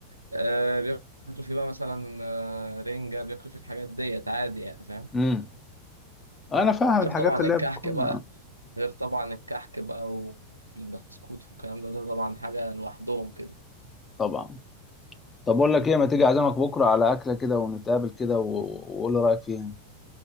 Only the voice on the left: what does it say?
امم أنا فاهم
الحاجات
اللي
هي بتكون
طبعا طب أقول لك إيه ما تيجي أعزمك بكرة على أكلة كده ونتقابل كده و- وقول لي رأيك فيها